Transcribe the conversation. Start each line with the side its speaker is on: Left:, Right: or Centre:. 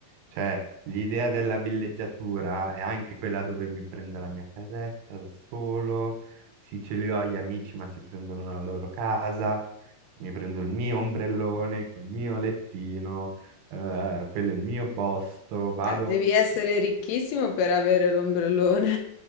Right: Cioè, l'idea della villeggiatura è anche quella dove mi prendo la mia casetta da solo. Sì, ce li ho gli amici, ma si prendono la loro casa. Mi prendo il mio ombrellone col mio lettino eh, quello è il mio posto, vado...
Left: Eh, devi essere
Right: <laughs>
Left: ricchissimo per avere l'ombrellone